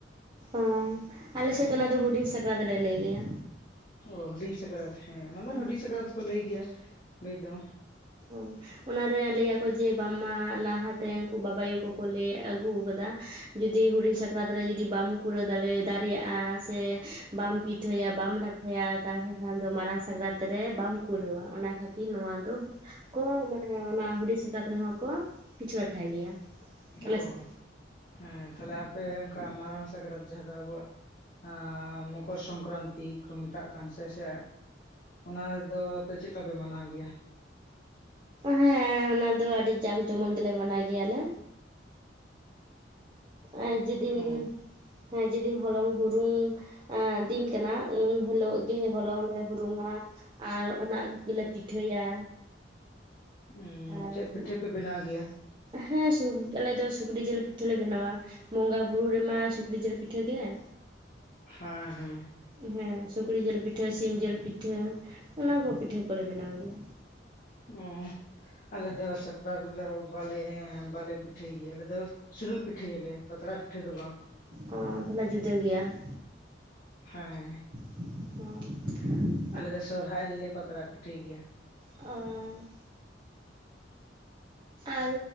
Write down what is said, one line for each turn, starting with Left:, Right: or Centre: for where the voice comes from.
Right: ᱚ ᱟᱞᱮ ᱥᱮᱫ ᱫᱚ ᱚᱱᱟ ᱫᱚ ᱦᱩᱰᱤᱧ ᱥᱟᱠᱨᱟᱛ ᱞᱮ ᱞᱟᱹᱭ ᱜᱮᱭᱟ᱾
Left: ᱚ ᱦᱩᱰᱤᱧ ᱥᱟᱠᱨᱟᱛ, ᱦᱮᱸ ᱚᱱᱟ ᱫᱚ
Right: ᱦᱳᱭ
Left: ᱦᱩᱰᱤᱧ ᱥᱟᱠᱨᱟᱛ ᱠᱚ ᱞᱟᱹᱭ ᱜᱮᱭᱟ ᱞᱟᱹᱭ ᱫᱚ᱾
Right: ᱚ ᱚᱱᱟᱨᱮ ᱞᱟᱹᱭᱟᱠᱚ ᱡᱮ ᱵᱟᱝᱢᱟ ᱞᱟᱦᱟᱛᱮ ᱩᱱᱠᱩ ᱵᱟᱵᱟ ᱟᱭᱳ ᱠᱚᱠᱚ ᱞᱟᱹᱭ ᱟᱹᱜᱩ ᱠᱟᱫᱟ ᱡᱩᱫᱤ ᱦᱩᱰᱤᱧ ᱥᱟᱠᱨᱟᱛ ᱨᱮ ᱡᱩᱫᱤ ᱵᱟᱢ ᱠᱩᱲᱟᱹᱣ ᱫᱟᱲᱮ ᱫᱟᱨᱮᱭᱟᱜᱼᱟ ᱥᱮ ᱵᱟᱢ ᱯᱤᱴᱷᱟᱹᱭᱟ ᱵᱟᱢ ᱞᱟᱴ <unintelligible> ᱛᱟᱞᱦᱮ ᱠᱷᱟᱱ ᱫᱚ ᱢᱟᱨᱟᱝ ᱥᱟᱠᱨᱟᱹᱛ ᱨᱮ ᱵᱟᱢ ᱠᱩᱨᱟᱹᱣᱟ, ᱚᱱᱟ ᱠᱷᱟᱹᱛᱤᱨ ᱱᱚᱣᱟ ᱫᱚ ᱠᱚ ᱢᱟᱱᱮ ᱚᱱᱟ ᱦᱩᱰᱤᱧ ᱥᱟᱠᱨᱟᱹᱛ ᱨᱮᱦᱚᱸ ᱠᱚ ᱯᱤᱴᱷᱟ ᱞᱟᱴᱷᱟᱭ ᱜᱮᱭᱟ᱾ ᱟᱞᱮ
Left: ᱚ,
Right: ᱥᱮᱫ
Left: ᱦᱮᱸ ᱛᱟᱦᱞᱮ ᱟᱯᱮ ᱚᱱᱠᱟ ᱢᱟᱨᱟᱝ ᱥᱟᱠᱨᱟᱛ ᱡᱟᱦᱟᱸ ᱫᱚ ᱟᱵᱚᱣᱟᱜ ᱟ ᱢᱚᱠᱚᱨ ᱥᱚᱝᱠᱨᱟᱱᱛᱤ ᱠᱚ ᱢᱮᱛᱟᱜ ᱠᱟᱱ ᱥᱮ ᱥᱮ ᱚᱱᱟ ᱨᱮᱫᱚ ᱟᱯᱮ ᱪᱮᱫ ᱞᱮᱠᱟ ᱯᱮ ᱢᱟᱱᱟᱣ ᱜᱮᱭᱟ?
Right: ᱦᱮᱸ ᱚᱱᱟ ᱫᱚ ᱟᱹᱰᱤ ᱡᱟᱠ ᱡᱚᱢᱚᱱ ᱜᱮᱞᱮ ᱢᱟᱱᱟᱣ ᱜᱮᱭᱟ ᱞᱮ᱾ ᱮ ᱡᱮ ᱫᱤᱱ
Left: ᱚ
Right: ᱦᱮᱸ ᱡᱮᱫᱤᱱ ᱦᱚᱞᱚᱝ ᱦᱩᱲᱩᱝ ᱮᱸ ᱫᱤᱱ ᱠᱟᱱᱟ ᱩᱱ ᱦᱤᱞᱚᱜ ᱜᱮ ᱦᱚᱞᱚᱝ ᱞᱮ ᱦᱩᱲᱩᱝᱟ ᱟᱨ ᱚᱱᱟ ᱟᱭᱩᱵ ᱜᱮᱞᱮ ᱯᱤᱴᱷᱟᱹᱭᱟ᱾
Left: ᱩᱸ
Right: ᱟᱨ
Left: ᱪᱮᱫ ᱯᱤᱴᱷᱟᱹ ᱯᱮ ᱵᱮᱱᱟᱣ ᱜᱮᱭᱟ?
Right: ᱦᱮᱸ ᱥᱩᱠ ᱟᱞᱮ ᱫᱚ ᱥᱩᱠᱨᱤ ᱡᱤᱞ ᱯᱤᱴᱷᱟ ᱞᱮ ᱵᱮᱱᱟᱣᱟ᱾ ᱵᱚᱸᱜᱟ ᱵᱩᱨᱩ ᱨᱮᱢᱟ ᱥᱩᱠᱨᱤ ᱡᱤᱞ ᱯᱤᱴᱷᱟᱹ ᱜᱮ ᱾
Left: ᱦᱮᱸ ᱦᱮᱸ᱾
Right: ᱦᱮᱸ ᱥᱩᱠᱨᱤ ᱡᱤᱞ ᱯᱤᱴᱷᱟᱹ ᱥᱤᱢ ᱡᱤᱞ ᱯᱤᱴᱷᱟᱹ ᱚᱱᱟ ᱠᱚ ᱯᱤᱴᱷᱟᱹ ᱠᱚᱞᱮ ᱵᱮᱱᱟᱣ ᱜᱮᱭᱟ᱾
Left: ᱚ ᱟᱞᱮ ᱫᱚ ᱥᱟᱠᱨᱟᱛ ᱨᱮᱫᱚ ᱵᱟᱞᱮ ᱵᱟᱞᱮ ᱯᱤᱴ ᱷᱟᱹᱭ ᱜᱮᱭᱟ ᱟᱞᱮ ᱫᱚ ᱥᱩᱱᱩᱢ ᱯᱤᱴᱷᱟᱹᱭᱟᱞᱮ ᱯᱟᱛᱲᱟ ᱯᱤᱴᱷᱟᱹ ᱫᱚ ᱵᱟᱝ ᱾
Right: ᱚ ᱛᱟᱦᱚᱞᱮ ᱡᱩᱫᱟᱹ ᱜᱮᱭᱟ ᱾
Left: ᱦᱮᱸ ᱾
Right: <inaudible> ᱦᱚᱭ ᱾
Left: ᱟᱞᱮ ᱫᱚ ᱥᱚᱨᱦᱟᱭ ᱨᱮᱞᱮ ᱯᱟᱛᱲᱟ ᱯᱤᱴᱷᱟᱹᱭ ᱜᱮᱭᱟ ᱾
Right: ᱚᱻ ᱟᱨ